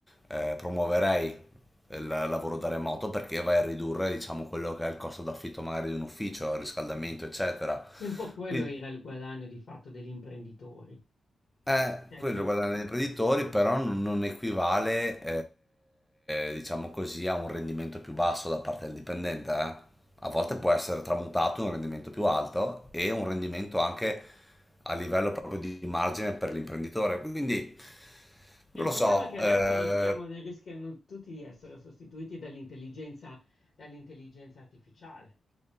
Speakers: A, in the centre; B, on the left (about 55°).
A: eh, promuoverei il lavoro da remoto perché vai a ridurre, diciamo, quello che è il costo d'affitto magari di un ufficio, il riscaldamento,
B: Mm.
A: eccetera.
B: sì, un po' quello
A: Quindi,
B: era il guadagno di fatto degli imprenditori.
A: eh,
B: Cioè,
A: quello
B: di-
A: guadagna gli imprenditori, però non non equivale, eh, diciamo così, a un rendimento più basso da parte del dipendente. eh. A volte può essere tramutato in un rendimento più alto e un rendimento anche a livello proprio di margine per l'imprenditore. Quindi
B: Il
A: non lo
B: problema
A: so,
B: è che adesso
A: eh,
B: rischiamo, rischiano tutti di essere sostituiti dall'intelligenza dall'intelligenza artificiale.